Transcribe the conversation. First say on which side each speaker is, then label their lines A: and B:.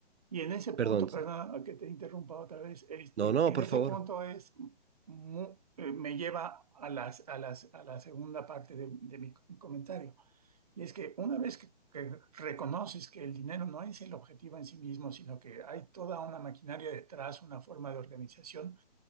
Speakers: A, on the right; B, on the right.
A: Y en ese punto,
B: perdón,
A: perdona que te interrumpa otra vez, este,
B: no, no,
A: en
B: por
A: ese
B: favor.
A: punto es mu- eh, me lleva a las, a las, a la segunda parte de, de mi co- comentario. Y es que una vez que, que reconoces que el dinero no es el objetivo en sí mismo, sino que hay toda una maquinaria detrás, una forma de organización,